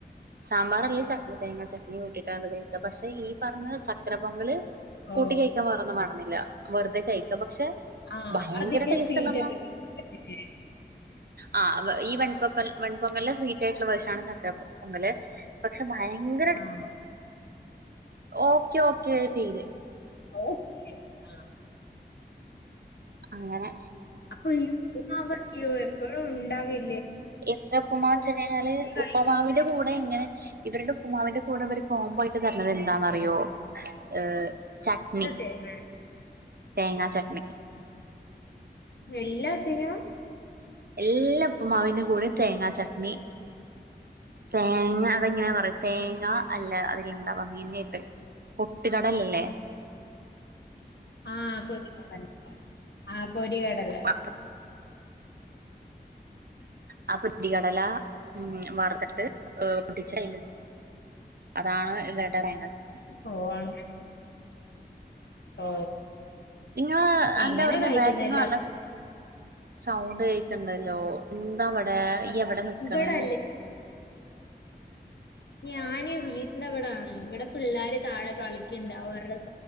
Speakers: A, on the right; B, on the left.
A: സാമ്പാർ അല്ലെങ്കി ചട്ണി തേങ്ങ ചട്ണി കൂട്ടീട്ടാ കഴിക്കാ പക്ഷേ ഈ പറഞ്ഞ ചക്കര പൊങ്കല്
B: ഓ
A: കൂട്ടി കഴിക്കാൻ വേറൊന്നും വാണന്നില്ല വെറുതെ കഴിക്ക പക്ഷേ
B: ആഹ്
A: ഭയങ്കര
B: അതിന്റെ
A: ടേസ്റ്റ്
B: സ്വീറ്റ്
A: എന്ന് പറഞ്ഞ
B: ഒക്കെ ഇല്ലേ?
A: ആ ഈ വൺപ്പൊക്കൽ വൺപൊങ്കൽന്റെ സ്വീറ്റ് ആയിട്ടുള്ള വേർഷൻ ആണ് ചക്കരപ്പ് പൊങ്കല് പക്ഷേ ഭയങ്കര ടേ
B: ആഹ്
A: ഓക്കേ ഓക്കേ തീയില്
B: ഓ ആ
A: അങ്ങനെ
B: ഹയ്യോ ഈ എപ്പോഴും ഉണ്ടാവോയ്ക്കും
A: എന്ത്‌ പ്പുമാ വെച്ച് കഴിഞ്ഞാൽ
B: കഴിക്കുന്നത്
A: ഉപ്പുമാവിന്റെ കൂടെ ഇങ്ങനെ ഇവരുടെ ഉപ്പുമാവിന്റെ കൂടെ ഇവര് കോമ്പോ ആയിട്ട് തരുന്നത് എന്താന്നറിയോ ഏ ചട്ട്നി
B: എന്ത് തേങ്ങ
A: തേങ്ങ ചട്ട്നി
B: എല്ലാത്തിനും
A: എല്ലാ ഉപ്പുമാവിന്റെ കൂടയും തേങ്ങ ചട്ട്നി തേങ്ങ അതെങ്ങനെന്നറിയോ തേങ്ങ ങ്ങ അല്ല അതിൽ എന്താ <unintelligible> പൊട്ടുകടല ഇല്ലേ
B: ആ പൊരി കടല ആ പൊരികടല
A: <unintelligible> ആ ആ പൊട്ടി കടല ഉം വറുത്തിട്ട് പൊടിച്ചതിലിട്ട് അതാണ് ഇവരുടെ തേങ്ങ ചട്ട്നി
B: ഓ അങ്ങനെ ഓ
A: ഇങ്ങളെ
B: എങ്ങനെ
A: അന്റെ അവിടന്ന്
B: കഴിക്കുന്ന
A: ബാക്കിൽന്ന്
B: എല്ലാ
A: നല്ല സൗണ്ട് കേൾക്കുന്നു ണ്ടല്ലോ എന്താ ഇവടെ ഇവടെ നിക്കണത്
B: ഇവിടല്ലേ ഞാൻ വീട്ടിന്റെ ഇവിടെയാണ് ഇവടെ പിള്ളാര്‌ താഴെ കളിക്കിണ്ട് അവരുടെ സൗ-